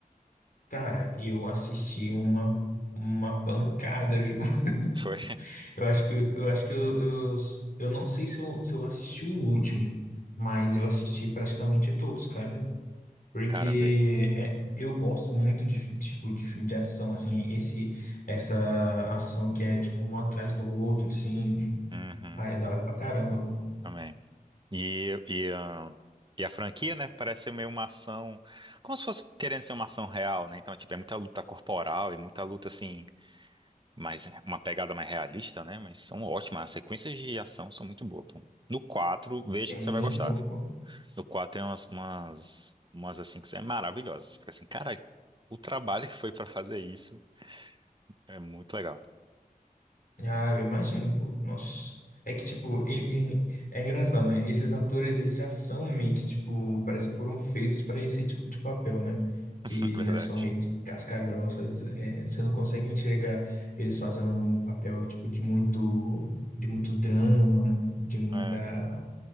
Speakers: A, on the left; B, on the right.
A: Cara, eu assisti uma, uma pancada, viu? <laughs>
B: Foi.
A: Eu acho que eu acho que eu, eu, eu não sei se eu, se eu assisti o último, mas eu assisti praticamente todos, cara. Porque
B: <laughs> Cara, vê.
A: é, eu gosto muito de, fi- tipo, de filme de ação, assim, esse, essa ação que é tipo um atrás do outro, assim.
B: Uhum,
A: Ah, é da hora pra caramba.
B: também. E, e, ahn, e a franquia, né? Parece ser meio uma ação. Como se fosse querendo ser uma ação real, né? Então, tipo, é muita luta corporal e muita luta, assim, mais, uma pegada mais realista, né? Mas são ótimas. As sequências de ação são muito boas, pô. No 4 veja
A: Sim,
B: que você vai gostar.
A: opa.
B: No 4 tem umas, umas, umas assim, que são maravilhosas. Você Fica assim, cara, o trabalho que foi pra fazer isso é muito legal.
A: Ah, eu imagino, pô. Nossa. É que, tipo, ele, ele- é engraçado, né? Esses atores, eles já são meio que, tipo, parece que foram feitos para esse tipo de papel, né?
B: <laughs>
A: Que
B: Verdade.
A: já são meio que casca-grossas. É, você não consegue enxergar eles fazendo um papel, tipo, de muito, de muito drama, de muita...
B: É.